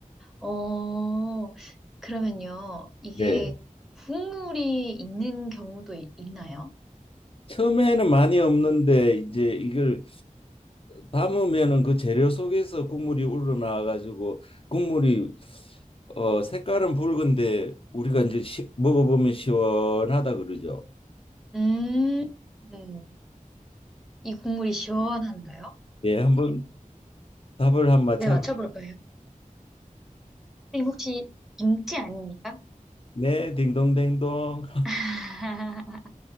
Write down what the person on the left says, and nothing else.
네.
처음에는 많이 없는데 이제 이걸 담으면은 그 재료 속에서 국물이 우러나와 가지고 국물이 어 색깔은 붉은데 우리가 이제 시, 먹어보면 시원하다 그러죠.
예, 한번 답을 한 맞춰.
네, 딩동댕동.